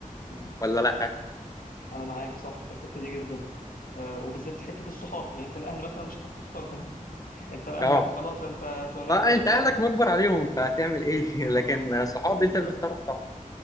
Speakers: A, on the left (about 90°); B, on the left (about 25°).
A: مم.
B: ولا لا
A: انا معاك صح في الحته دي جدا آه، وبالذات حته الصحاب يعني انت الاهل مثلا مش هتعرف تختارهم <laughs> انت لاهلك
B: اه
A: خلاص انت اتولدت
B: فانت
A: لقيت
B: اهلك
A: نفسك
B: مجبر عليهم فهتعمل ايه
A: آه،
B: <laughs> لكن
A: بز...
B: صحاب
A: بالظبط
B: انت بتختارهم طبعا